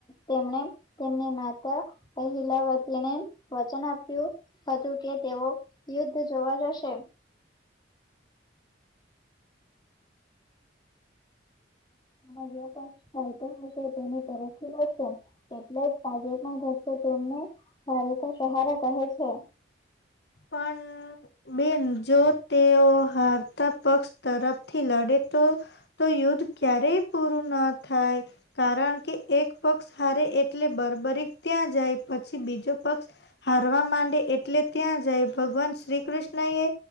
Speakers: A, on the left; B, on the left.
A: તેમને તેમની માતા. અહીલાવતીને વચન આપ્યું. હતું કે તેઓ યુદ્ધ જોવા જશે. અને જે પણક્ષ ફાય તો હશે તેની તરખી રા. એટલે જ આજે પણ ભક્તો તેમને ભારેતા સહારા કહે છે.
B: પણ. બેન જો તેઓ હારતા પક્ષ તરફથી લડે તો. તો યુદ્ધ ક્યારેય પૂરું ના થાય. કારણ કે એક પક્ષ હારે એટલે બરબરી ત્યાં જાય પછી બીજો પક્ષ. હારવા માંડે એટલે ત્યાં જ. જય ભગવાન શ્રી કૃષ્ણ એ